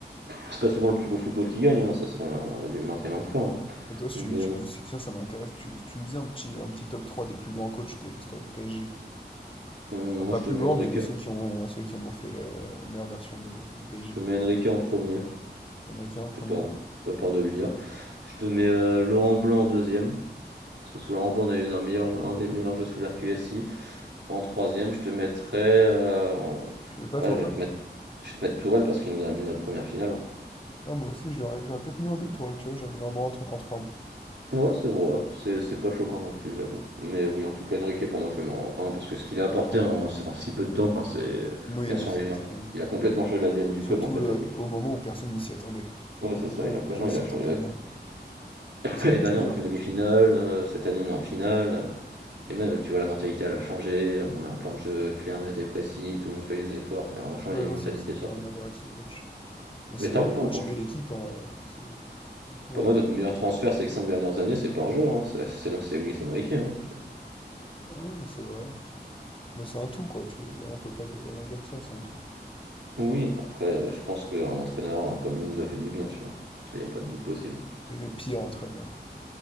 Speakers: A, on the right; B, on the left.
A: c'est pas souvent le plus beau football qui gagne, hein, ça, c'est- on l'a on l'a vu maintes et maintes fois. hein.
B: Et toi, si
A: Mais
B: tu, tu-
A: euh,
B: si- tiens, ça m'intéresse, tu, tu me faisais un petit, un petit top 3 des plus grands coachs de l'histoire du PSG.
A: moi,
B: Enfin, pas
A: je
B: plus
A: te mets
B: grand,
A: Enrique,
B: mais de ceux qui ont ceux qui en ont fait le- le- la meilleure version de, du PSG.
A: je te mets Enrique en premier,
B: Enrique en a qu'un en première.
A: j'ai pas, j'ai pas peur de le dire. Je te mets euh, Laurent Blanc en deuxième. Parce que sous la Ramblon, on avait un, meilleur,
B: Ah.
A: un des meilleurs jeux sous l'air QSI. En troisième, je te mettrais. euh, en-
B: Tu mets pas
A: Ouais,
B: Tourelle?
A: je vais te mettre, je vais te mettre Tourelle parce qu'il nous a amené notre première finale.
B: Ouais, moi aussi, je l'aurais- j'aurais peut-être mis en deux Tourelle, tu vois, j'aurais mis Lambrand en, tro- en trois, moi.
A: Ouais, c'est vrai, c'est c'est pas choquant non plus, j'avoue. Mais oui, en tout cas, Enrique, pour moi, je le mets en un parce que ce qu'il a apporté en, en si peu de temps, enfin, c'est.
B: Oui,
A: Il a
B: non,
A: changé,
B: c'est
A: en
B: c'est
A: fait.
B: dingue.
A: Il a complètement changé l'ADN du
B: Surtout
A: club, en fait,
B: le,
A: à lui.
B: au moment où personne ne s'y attendait.
A: Ouais, c'est
B: Au moment
A: ça, il a
B: où
A: quoi?
B: les gens
A: Non,
B: s'y
A: il a
B: attendaient
A: changé la.
B: le moins, quoi.
A: <laughs>
B: Mais ça
A: L'année
B: fait
A: dernière,
B: du bien.
A: on fait
B: hein.
A: une demi-finale, euh, cette année, on est en finale. euh, Et même, tu vois, la mentalité, elle a changé. On a un plan de jeu clair, net et précis. Tout le monde fait les efforts. Enfin, on change
B: Ouais,
A: les
B: non,
A: mentalités
B: c'est vrai que ça n'a
A: surtout.
B: plus rien à voir avec ce coach. Mais
A: Mais
B: c'est
A: tant
B: le
A: mieux,
B: coach
A: hein, moi. je-
B: et l'équipe, hein, euh, c'est, tout, tout
A: Pour
B: va
A: moi,
B: bien.
A: notre meilleur transfert ces cinq dernières années, c'est pas un joueur. hein, C'est c'est- c'est Luis Enrique. hein.
B: Ah, c'est vrai. Mais c'est un tout, quoi, tu vois. Ouais, on peut pas de- vraiment dire ça, c'est un tout.
A: Oui, après, euh, je pense qu'un entraîneur hein, comme lui nous a fait du bien, tu vois. Ça, y a pas de doute possible.
B: Et le pire entraîneur.